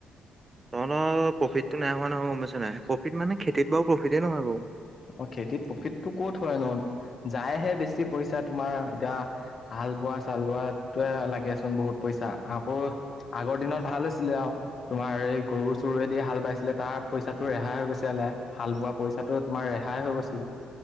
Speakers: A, on the right; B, on the left.
A: তহঁতৰ প্ৰফিটতো নাই হোৱা নহয় গম পাইছা নাই প্ৰফিট মানে খেতিত বাৰু প্ৰফিটে নহয় বাৰু।
B: অ খেতিত প্ৰফিটতো ক'ত হয় নো যায়হে বেছি পইচা তোমাৰ এতিয়া হাল বোৱা চাল বোৱাটোৱে লাগে চোন বহুত পইচা আকৌ আগৰ দিনত ভাল হৈছিলে আও তোমাৰ এই গৰু চৰুৱেদি হাল বাইছিলে তাৰ পইছাটো ৰেহাই হৈ গৈছিলে হাল বোৱা পইছাটোত তোমাৰ ৰেহাই হৈ গৈছিলে